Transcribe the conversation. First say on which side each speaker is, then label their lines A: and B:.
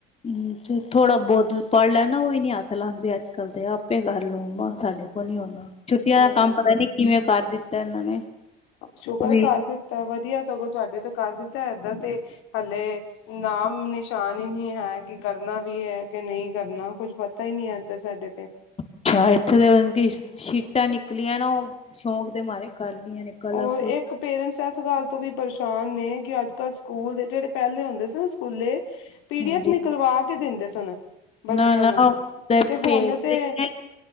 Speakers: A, on the left (about 30°); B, on the left (about 75°).
A: ਹੂੰ ਤੇ ਥੋੜਾ ਬੋਤ ਪੜ੍ਹ ਲੈ ਨਾ ਓਵੀ ਨੀ ਹੱਥ ਲਾਂਦੇ ਅੱਜ -ਕੱਲ੍ਹ ਤੇ ਆਪੇ ਕਰ ਲਓ ਅਮਾ।, ਸਾਡੇ- ਸਾਡੇ ਕੋ ਨੀ ਹੋਣਾ, ਛੁੱਟੀਆਂ
B: ਹਮ
A: ਦਾ ਕੰਮ ਪਤਾ ਨੀ ਕਿਵੇਂ ਕਰ ਦਿੱਤਾ ਏਨਾਂ ਨੇ,
B: ਸ਼ੁਕਰ‌
A: ਵੀ
B: ਏ ਕਰ ਦਿੱਤਾ, ਵਧੀਆ ਸਗੋਂ ਤੁਆਡੇ ਤੇ ਕਰ ਦਿੱਤਾ ਏਧਰ ਤੇ ਹਲੇੇ- ਨਾਮ ਨਿਸ਼ਾਨ ਈ ਨੀ ਹੈ ਕਿ ਕਰਨਾ ਵੀ ਐ ਕਿ ਨਈ ਕਰਨਾ, ਕੁੱਝ ਪਤਾ ਈ ਨੀ ਐ ਏਧਰ ਸਾਡੇ। ਤੇ
A: ਅੱਛਾ ਏਥੇ ਤੇ ਮਤਬ ਕੀ ਸ਼ੀਟਾਂ ਨਿਕਲੀਆਂ ਨਾ ਓ ਸ਼ੌਂਕ ਦੇ ਮਾਰੇ ਕਰਲੀਆਂ ਨੇ। ਕਲਰਫੁਲ
B: ਔਰ ਇੱਕ, ਪੇਰੈਂਟਸ ਏਸ ਗੱਲ ਤੋਂ ਵੀ ਪਰੇਸ਼ਾਨ ਨੇ ਕਿ ਅੱਜ ਕੱਲ ਸਕੂਲ ਦੇ ਜੇੜੇ ਪੈਲੇ ਹੁੰਦੇ ਸੀ ਨੇ ਸਕੂਲੇ। ਪੀ
A: ਹਾਂਜੀ
B: ਡੀ ਐਫ ਨਿਕਲਵਾ ਕੇ ਦਿੰਦੇ ਸਨ ਬੱਚਿਆਂ
A: ਨਾ ਨਾ
B: ਨੂੰ।
A: ਭੇਜਦੇ
B: ਤੇ ਹੁਣ ਤੇ-
A: ਨੇ